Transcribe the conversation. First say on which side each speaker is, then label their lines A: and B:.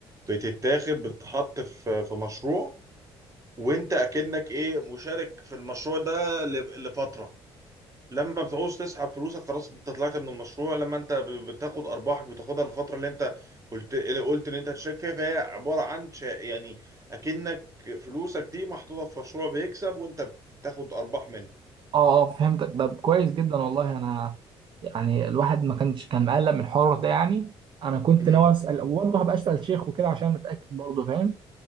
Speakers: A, on the right (about 25°); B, on the right (about 40°).
A: بتتاخد بتتحط في في مشروع وانت اكنك ايه مشارك في المشروع ده ل- لفترة لما بتعوز تسحب فلوسك خلاص انت طلعت من المشروع لما انت ب- بتاخد ارباحك بتاخدها الفتره اللي انت قلت اللي قلت ان انت هتشارك فيها فهي عباره عن شا- يعني اكنك فلوسك دي محطوطه في مشروع بيكسب وانت بتاخد ارباح منه
B: اه اه فهمتك ده كويس جدا والله انا يعني الواحد ما كانش كان مقلق من الحوار ده يعني أنا كنت
A: امم.
B: ناوي أسأل برضه هبقى أسأل شيخ وكده عشان أتأكد برضه فاهم؟